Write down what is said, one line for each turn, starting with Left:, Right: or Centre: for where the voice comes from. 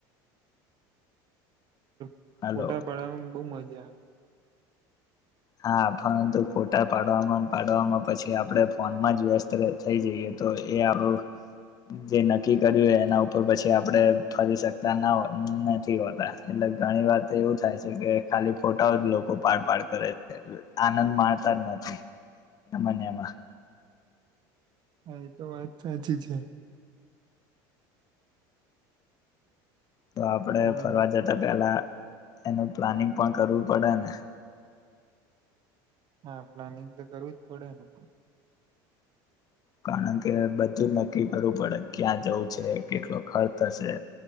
Right: <inaudible>
Left: હાલો
Right: ફોટા પાડવામાં બહુ મ જા
Left: હા પરંતુ ફોટા પાડવામાં ને પાડવામાં પછી આપણે ફોનમાં જ વ્યસ્ત ર થઈ જઈએ. તો એ આપણું જે નક્કી કર્યું એના ઉપર પછી આપણે ફરી શકતા ના હોય નથી હોતા. એટલે ઘણી વાર તો એવું થાય છે કે ખાલી ફોટાઓ જ લોકો પાડ-પાડ કરે. એટલે આનંદ માણતા જ નથી એમાં ને એમાં.
Right: હા એ તો વાત સાચી છે.
Left: તો આપણે
Right: પણ
Left: ફરવા જતા પહેલા એનું પ્લાનિંગ પણ કરવું પડે ને.
Right: હા પ્લાનિંગ તો કરવું જ પડે ને.
Left: કારણ કે બધું નક્કી કરવું પડે, ક્યાં જવું છ છે, કેટલો ખર્ચ થશે.